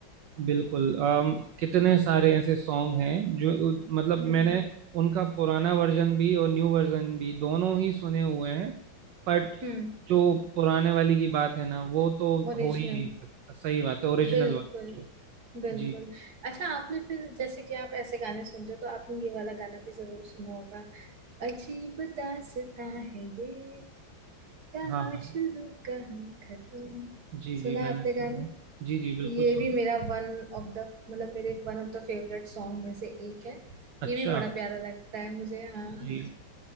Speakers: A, on the right; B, on the right.
A: बिल्कुल अम, कितने सारे ऐसे सॉन्ग हैं जो मतलब
B: हम्म
A: मैंने उनका पुराना वर्जन भी और न्यू वर्जन भी दोनों ही सुने हुए हैं बट
B: हम्म
A: जो पुराने वाली की बात है ना वो तो
B: ओरिजिनल
A: हो ही नहीं सकता सही बात है ओरिजिनल
B: बिल्कुल
A: वाला जो
B: बिल्कुल
A: जी जी
B: अच्छा आपने फिर जैसे कि आप ऐसे गाने सुनते हो तो आपने ये वाला गाना भी जरूर सुना होगा अजीब दास्तां है ये कहाँ
A: हाँ हाँ
B: शुरू कहाँ खत्म
A: जी
B: सुना
A: जी
B: है
A: मैंने
B: आपने
A: सुना
B: गाने
A: जी जी बिल्कुल
B: ये
A: सुना
B: भी मेरा वन ऑफ द मतलब मेरे one of the favourite song में से एक है ये
A: अच्छा
B: भी बड़ा प्यारा लगता है मुझे हाँ
A: जी